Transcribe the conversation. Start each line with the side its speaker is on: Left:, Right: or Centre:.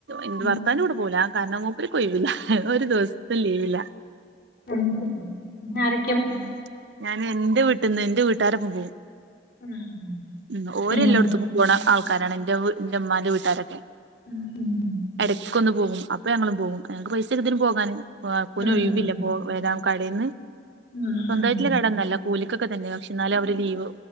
Right: ഇന്റെ
Left: ഉം
Right: ഭർത്താവിന്റെ കൂടെ പോവൂല കാരണം മൂപ്പർക്കൊഴിവില്ല ഒരു ദിവസത്തെ ലീവില്ല
Left: അത് ശെരി പിന്നെ ആരെ
Right: ഉം ഞാന് ന്റെ വീട്ടിന്ന് ഇന്റെ വീട്ടാരൊപ്പം പോവും
Left: ആഹ്
Right: ഉം ഓരെല്ലോട്ത്ത്ക്കും
Left: എങ്ങോട്ട്
Right: പോണ ആൾക്കാരാണ് ഇന്റെ ന്റെ ഇമ്മാന്റെ വീട്ടാരൊക്കെ
Left: ഉം ഉം
Right: ക്കൊന്ന് പോകും അപ്പ ഞങ്ങളും പോവും ഞങ്ങക്ക് പൈസക്കെത്തരും പോകാന് കാക്കുന്
Left: ആഹ്
Right: ഒഴിവില്ല പ്പോ വരാന് കടേന്ന്
Left: ആഹ്
Right: സ്വന്തായിട്ട്ള്ള
Left: ആഹ്
Right: കാടൊന്നുവല്ല കൂലിക്കൊക്കെ തന്നെ പക്ഷെ എന്നാലും അവര് ലീവ്